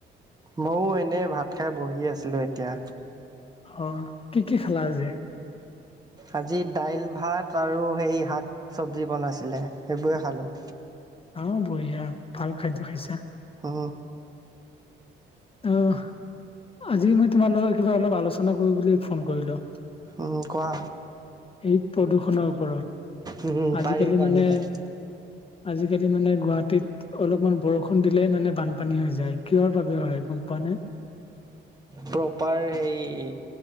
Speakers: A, on the right; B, on the left.
A: ময়ো এনেই ভাত খাই বহি আছিলোঁ এতিয়া।
B: অ, কি কি খালা আজি?
A: আজি দাইল ভাত আৰু সেই শাক - চবজি বনাইছিলে সেইবোৰেই খালোঁ।
B: অ বঢ়িয়া, ভাল খাদ্য খাইছা।
A: অ।
B: অহ, আজি মই তোমাৰ লগত কিবা অলপ আলোচনা কৰো বুলি ফোন কৰিলোঁ?
A: অ কোৱা?
B: এই প্ৰদূষণৰ ওপৰত,
A: উম
B: আজিকালি
A: পাৰি পাৰি
B: মানে
A: পাৰি
B: আজিকালি মানে গুৱাহাটীত অলপমান বৰষুণ দিলেই মানে বানপানী হৈ যায়, কিহৰ বাবে হয় গম পোৱা নে?
A: প্ৰপাৰ সেই